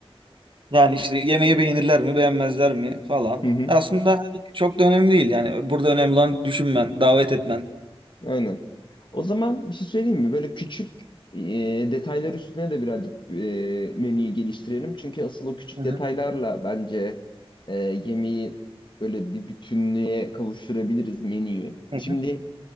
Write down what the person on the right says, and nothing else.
Yani işte yemeği beğenirler mi, beğenmezler mi falan.
Aslında hani çok da önemli değil. Yani burada önemli olan düşünmen, davet etmen.
Hı hı.
Hı
hı.